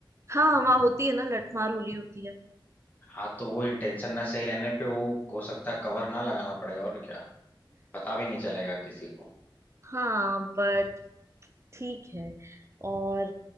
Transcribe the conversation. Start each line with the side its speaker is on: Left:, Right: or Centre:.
Right: हाँ वहाँ होती है ना लठमार होली होती है
Left: हाँ तो वो इंटेंशन ना सही रहने पे वो हो सकता है कवर ना लगाना पड़े और क्या पता भी नहीं चलेगा किसी को
Right: <laughs> हाँ बट ठीक है और